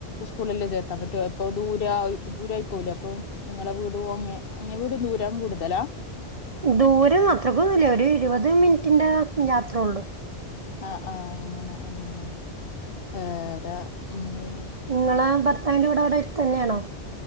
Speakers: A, on the left; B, on the right.
A: സ്കൂളല്ലേ ചേർത്താൻ പറ്റു അപ്പൊ ദൂരാ ദൂരായി പോവൂലേ അപ്പൊ നിങ്ങളെ വീടു അങ്ങെ അങ്ങെ വീടു ദൂരം കൂടുതലാ?
B: ദൂരം അത്രക്കൊന്നും ഇല്ല ഒരു ഇരുപത് മിനിറ്റിന്റെ യാത്രെ ഉള്ളു.
A: ആഹ് ആഹ് അങ്ങനെ ആഹ് വേരാ ന്ത്
B: ങ്ങളാ ഭർത്താവിന്റെ വീടവിട ട്‌ത്തെന്നെയാണോ?